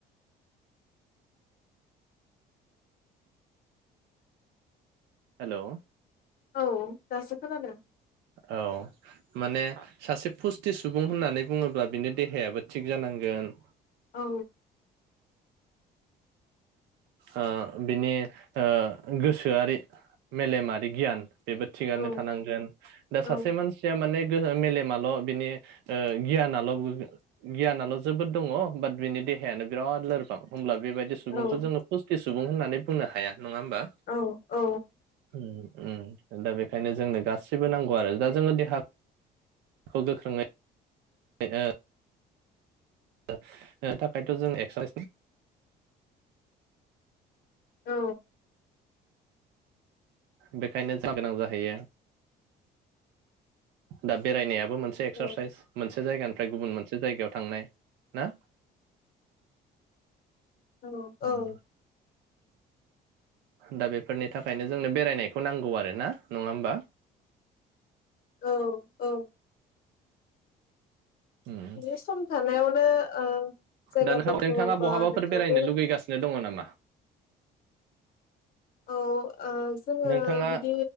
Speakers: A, on the right; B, on the left.
A: हेलौ।
B: औ। दासो खोनादों।
A: औ माने सासे फुस्थि सुबुं होननानै बुङोब्ला बिनि देहायाबो थिग जानांगोन
B: औ।
A: ओ बिनि ओ गोसोआरि मेलेमारि गियान बेबो थिगानो
B: औ
A: थानांगोन दा
B: औ
A: सासे मानसिया माने गोहो मेलेमाल बेनि ओ गियानाल गियिनाल जोबोद दङ बात बेनि देहायानो बिराद लोरबां होमब्ला ब बेबायदि सुबुं
B: औ
A: जोङो फुसथि सुबुं होननानै बुंनो हाया। नङा होमबा?
B: औ औ
A: होम। उम दा बेखायनो जोंनो गासिबो नांगौ आरो दा जोङो देहा खौ गोख्रोङै दे हो ओ थाखायनोथ' जों एक्स्रा
B: औ।
A: बेखायनो जा गोनां जाहैयो दा बेरायनाया बो मोनसे एकस्रासाइस
B: औ
A: मोनसे जायगान फ्राय गुबुन मोनसे जायगायाव थांनाय ना?
B: नंगौ
A: उम
B: औ।
A: दा बेफोरनि थाखायनो जोंनो बेरायनायखौ नांगौ आरो ना नङा होमबा?
B: औ औ।
A: उम
B: बे सम थानायावनो ओ जायगाफोरखौ
A: दा नोंहा नोंथाङा
B: बा
A: बहाबाफोर
B: नोङो
A: बेरायनो
B: बेरा
A: लुगैगासिनो दङ नामा
B: औ ओ जोङो
A: नोंथाङा
B: बिदि